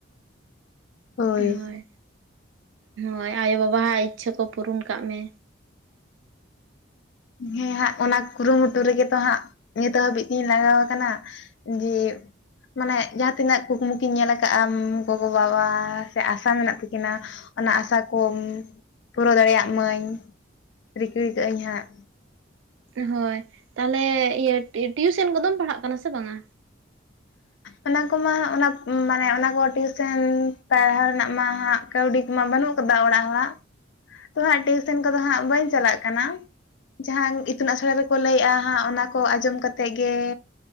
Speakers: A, on the left (about 65°); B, on the right (about 75°).
A: ᱦᱳᱭ
B: ᱦᱚᱭ ᱦᱚᱭ ᱟᱭᱳ ᱵᱟᱵᱟ ᱣᱟᱜ ᱤᱪᱷᱟᱹ ᱠᱚ ᱯᱩᱨᱚᱱ ᱠᱟᱜ ᱢᱮ
A: ᱦᱮᱸ ᱦᱟᱸᱜ ᱚᱱᱟ ᱠᱩᱨᱩᱢᱩᱴᱩ ᱨᱮᱜᱮ ᱛᱚ ᱦᱟᱸᱜ ᱱᱤᱛ ᱦᱟᱹᱵᱤᱡ ᱛᱤᱧ ᱞᱟᱜᱟᱣ ᱟᱠᱟᱱᱟ ᱡᱮ ᱢᱟᱱᱮ ᱡᱟᱦᱟᱸ ᱛᱤᱱᱟᱹᱜ ᱠᱩᱠᱢᱩᱠᱤᱱ ᱧᱮᱞ ᱠᱟᱜᱼᱟ ᱜᱚᱜᱚ ᱵᱟᱵᱟ ᱥᱮ ᱟᱥᱟ ᱢᱮᱱᱟᱜ ᱛᱟᱹᱠᱤᱱᱟ ᱚᱱᱟ ᱟᱥᱟ ᱠᱚ ᱯᱩᱨᱟᱹᱣ ᱫᱟᱲᱮᱭᱟᱜ ᱢᱟᱹᱧ ᱨᱤᱠᱟ. ᱠᱟᱜ ᱟᱹᱧ ᱦᱟᱸᱜ
B: ᱦᱭ ᱛᱟᱦᱚᱞᱮ ᱤᱭᱟᱹ ᱴᱤᱭᱩᱥᱮᱱ ᱠᱚᱫᱚᱢ ᱯᱟᱲᱦᱟᱜ ᱠᱟᱱᱟ ᱥᱮ ᱵᱟᱝᱼᱟ
A: ᱚᱱᱟ ᱠᱚᱢᱟ ᱚᱱᱟ ᱢᱟᱱᱮ ᱚᱱᱟ ᱠᱚ ᱴᱤᱭᱩᱥᱮᱱ ᱯᱟᱲᱦᱟᱣ ᱨᱮᱱᱟᱜ ᱢᱟ ᱦᱟᱸᱜ ᱠᱟᱹᱣᱰᱤ ᱠᱚᱢᱟ ᱵᱟᱹᱱᱩᱜ ᱠᱟᱫᱟ ᱚᱲᱟᱜ ᱦᱚᱲᱟᱜ ᱛᱚ ᱦᱟᱸᱜ ᱴᱤᱭᱩᱥᱚᱱ ᱠᱚᱫᱚ ᱦᱟᱸᱜ ᱵᱟᱹᱧ ᱪᱟᱞᱟᱜ ᱠᱟᱱᱟ ᱡᱟᱦᱟᱸ ᱤᱛᱩᱱ ᱟᱥᱲᱟ ᱨᱮᱠᱚ ᱞᱟᱹᱭᱮᱜᱼᱟ ᱦᱟᱸᱜ ᱚᱱᱟ ᱠᱚ ᱟᱸᱡᱚᱢ ᱠᱟᱛᱮᱜ ᱜᱮ